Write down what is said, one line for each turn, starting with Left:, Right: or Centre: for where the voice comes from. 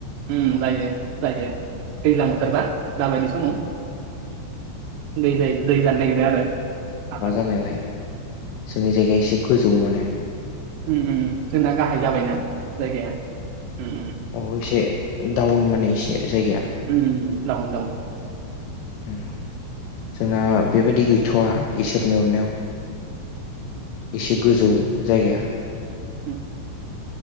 Right: उम जायो जायो दैज्ल बोथोरबा दाबायदि समाव। दै जायो दै जानो नागिरदों आरो हाबा
Left: होनायलाय जोंनि जायगाया एसे गोजौ माने
Right: उम उम जोंना गाहाय जाबायना जायगाया उम उम
Left: अह इसे दडाउन मोनानायै इसे जायगायाया।
Right: उम उम दउन दउन
Left: उम जोंहा बेबायदि गैथ'वा इसोरनि अननायाव एसे गोजौ जायगाया।
Right: उम